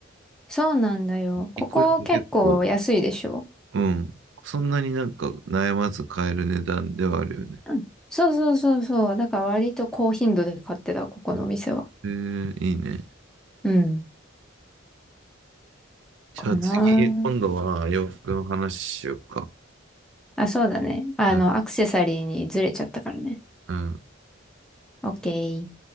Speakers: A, in the centre; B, on the right.
A: そうなんだよ。
B: 一個一個結構、
A: ここ結構安いでしょ
B: うん。そんなになんか悩まず買える値段ではあるよね。
A: うんそうそうそうそう。だから割と高頻度で買ってた、ここのお店は。
B: うん。えー、いいね。
A: うん。
B: じゃあ次、
A: かな
B: 今度は洋服の話しようか。
A: あ。あ、そうだね。あの、
B: うん、
A: アクセサリーにずれちゃったからね。
B: うん。
A: オッケー。